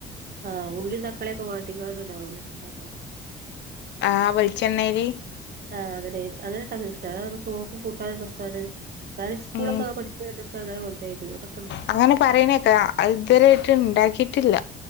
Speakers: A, on the right; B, on the left.
A: ആഹ് ഉള്ളീം തക്കാളിയൊക്കെ വാട്ടിങ്ങാണ്ട്ണ്ടാവുലെ ഇണ്ടാക്കാന്
B: ആഹ് വെളിച്ചെണ്ണേല്
A: ആഹ് അങ്ങനെ അങ്ങനെട്ടത് ഇഷ്ട്ട അതാവുമ്പോ ചോറുക്കും കൂട്ടാനോരു രസാണ് ഞാൻ സ്കൂളൊക്കെ
B: ഉം
A: പഠിച്ച അങ്ങനെ കോണ്ടായിണ്ട് ഇവടെ
B: അങ്ങനെ പറയണേക്ക അതിത്വരായിട്ട് ഇണ്ടാക്കീട്ടില്ല